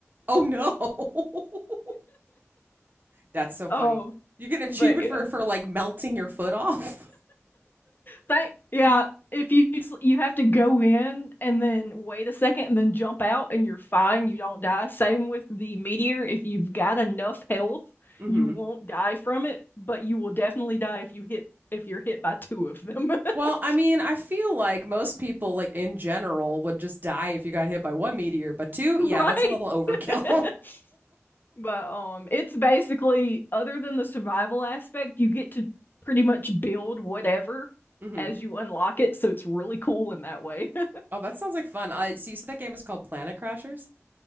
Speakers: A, on the right; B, on the left.
A: oh no. <laughs> That's so funny.
B: Um,
A: You get an
B: but
A: achievement
B: yeah.
A: for for like melting your foot off.
B: Thank, yeah, if you you have to go in and then wait a second and then jump out and you're fine, you don't die. Same with the meteor. If you've got enough health,
A: hmm
B: you won't die from it, but you will definitely die if you hit if you're hit by two of them. <laughs>
A: Well, I mean, I feel like most people, like in general, would just die if you got hit by one meteor, but two,
B: Right?
A: yeah, that's a little overkill.
B: <laughs> But um it's basically other than the survival aspect, you get to pretty much build whatever
A: <laughs> hmm
B: as you unlock it, so it's really cool in that way. <laughs>
A: oh, that sounds like fun. I uh, see. so you said that game was called Planet Crashers?